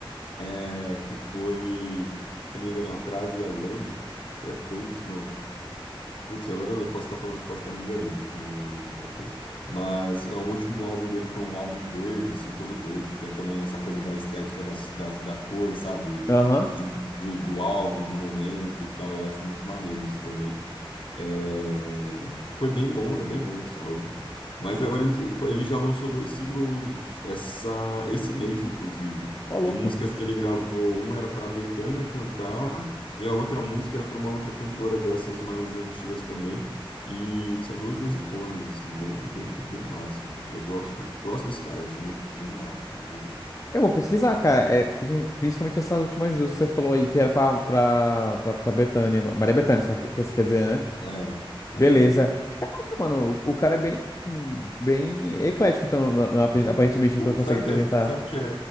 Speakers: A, on the left (about 65°); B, on the left (about 35°).
A: é, que foi, se eu não me engano, Atrás e Além. Será que foi isso? Não. Putz, agora eu posso estar falando, posso estar me enganando com outra coisa. Mas é, o último álbum dele foi um álbum verde, assim, todo verde. Tem também essa coisa da estética das- da, da, cor, sabe?
B: Aham.
A: De, um- de um- do álbum, do momento e tal. Eu acho muito maneiro isso também. É, Foi bem bom, é bem bom esse álbum. Mas agora ele, tipo, ele já lançou dois singles essa, esse mês, inclusive,
B: Ó, louco.
A: de músicas que ele gravou. Um era para Bethânia cantar, e a outra música era para uma outra cantora dessas mais antigas também. E são duas musiconas, assim, bem, bem, bem massa. Eu gosto, gosto desse cara, eu achei ele genial, genial mesmo.
B: Eu vou pesquisar, cara. É, princi- principalmente essas últimas duas que você falou aí, que era pra, pra, pra, pra Bethânia. Maria Bethânia, só que, que você quer dizer, né?
A: É. uhum.
B: Beleza. Caraca, mano, o, o cara é bem, hum, bem eclético, então, na- na-
A: É.
B: aparentemente, no
A: O-
B: que ele consegue
A: sabe
B: apresentar.
A: que é, sabe que é,